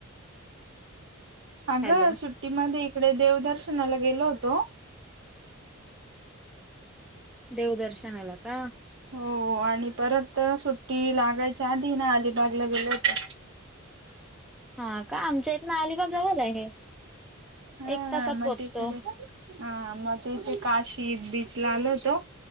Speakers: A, on the right (about 60°); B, in the centre.
A: अगं
B: हॅलो
A: सुट्टीमध्ये इकडे देवदर्शनाला गेलो होतो.
B: देव दर्शनला का?
A: हो आणि परत सुट्टी लागायच्या आधी ना अलिबागला गेलो होतो.
B: हा का आमच्या इथनं अलिबाग जवल आहे.
A: हा
B: एक तासात
A: म
B: पोहोचतो
A: तिकडे ह म इथ काशी एक बी ला आलो होतो,